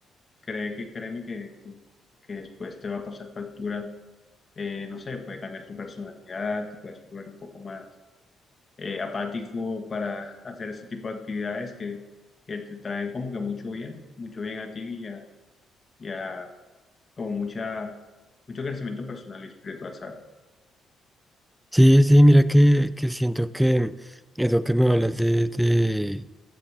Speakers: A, on the left; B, in the centre.
A: cree que, créeme que, que, que después te va a pasar factura, eh, no sé, puede cambiar tu personalidad, te puedes volver un poco más eh, apático para hacer ese tipo de actividades que, que te traen como que mucho bien, mucho bien a ti y a, y a como mucha, mucho crecimiento personal y espiritual, ¿sabes?
B: sí, sí, mira que, que siento que eso que me hablas de, de-